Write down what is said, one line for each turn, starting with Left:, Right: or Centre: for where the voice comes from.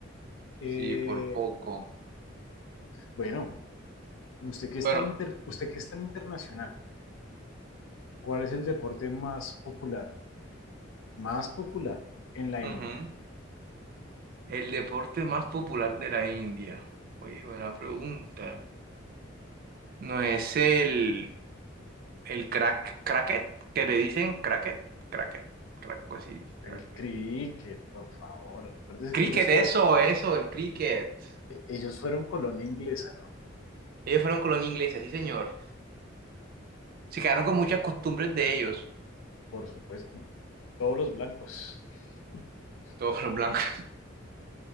Left: Eh,
Right: Sí, por poco.
Left: bueno, usted que
Right: Bueno.
Left: es tan inter- usted que es tan internacional, ¿cuál es el deporte más popular, más popular en la
Right: ujú.
Left: India?
Right: El deporte más popular de la India. Muy buena pregunta. No es el, el crack, cracket, que le dicen cracket, cracket, crack, algo así,
Left: El
Right: cracket.
Left: cricket, por favor. Acuérdense que
Right: Cricket,
Left: ellos, fue,
Right: eso, eso, el cricket.
Left: e-, ellos fueron colonia inglesa, ¿no?
Right: Ellos fueron colonia inglesa, sí, señor. Se quedaron con muchas costumbres de ellos,
Left: Por supuesto. Todos los blancos. <laughs>
Right: <laughs> todos los blancos.